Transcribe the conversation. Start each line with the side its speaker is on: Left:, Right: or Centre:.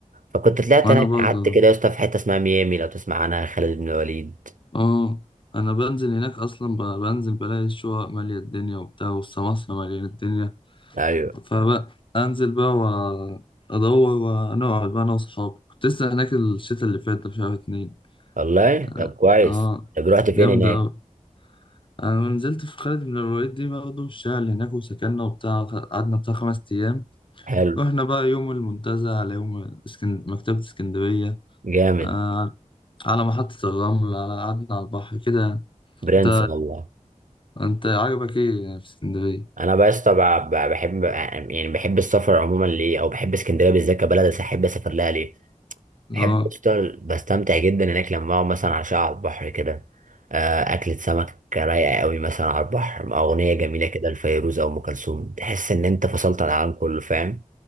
Right: فكنت طلعت
Left: وانا
Right: هناك
Left: برضه
Right: قعدت كده يا اسطى في حته اسمها ميامي لو تسمع عنها خالد بن وليد
Left: اه انا بنزل هناك اصلا ب- بنزل بلاقي الشقق ماليه الدنيا وبتاع والسماسره ماليه الدنيا
Right: ايوه
Left: فبقى انزل بقى وادور ونقعد بقى انا واصحابي كنت لسه هناك الشتا اللي فات ده في شهر اتنين
Right: والله
Left: اه
Right: طب كويس
Left: آه،
Right: طب رحت فين
Left: جامده
Right: هناك
Left: أوي أنا لما نزلت في خالد بن الوليد دي برضه الشغل هناك وسكننا وبتاع قعدنا بتاع خمس أيام
Right: حلو
Left: رحنا بقى يوم المنتزه على يوم اسكند... مكتبة اسكندرية
Right: جامد
Left: آه... على محطة الرمل على قعدنا على البحر كده
Right: برنس
Left: أنت
Right: والله
Left: أنت عجبك إيه يعني في اسكندرية؟
Right: انا بس طبعا ب- بحب يعني بحب السفر عموما ليه او بحب اسكندريه بالذات كبلد أس- احب اسافر لها ليه بحب
Left: آه
Right: اشتغل بستمتع جدا هناك لما اقعد مثلا عشاء على البحر كده آه، اكلة سمك رايقه قوي مثلا على البحر مع اغنيه جميله كده لفيروز او ام كلثوم تحس ان انت فصلت عن العالم كله فاهم